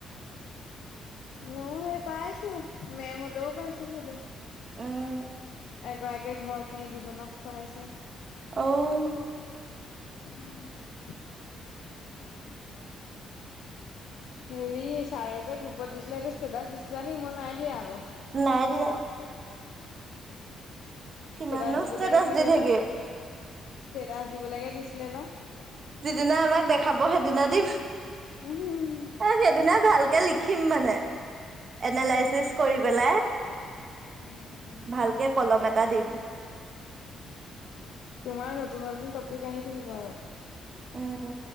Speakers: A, on the left (about 80°); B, on the right (about 45°).
A: ময়ো সেই পাই আছো মেমতও পাইছো সুধো
B: উম
A: এগৰাকীয়ে ঘৰত নি দুজনক খুৱাইছে
B: আহ
A: উম হেৰি চাৰেজাৰ গ্ৰুপত দিছিলে এইটো ষ্টেটাচ দিছিলা নিে মই নাই দিয়া আকৌ
B: নাই দয়া কিমাননো
A: ষ্টেটাচ দিবলৈকে
B: ষ্টেটাচ
A: দিছে
B: দি থাকিম।
A: বা ষ্টেটাচ দিবলৈকে দিছিলে বা
B: যিদিনা আমাক দেখাব সেইদিনা দিম
A: উম।
B: সেইদিনা ভালকে লি িম মানে
A: উম,
B: এনালাইচিচ কৰি পেলাই
A: উম, উম,
B: ভালকে কলম এটা দিম
A: তোমাৰ নতুন নতুন টপিক আহি থাকিব আৰু
B: উম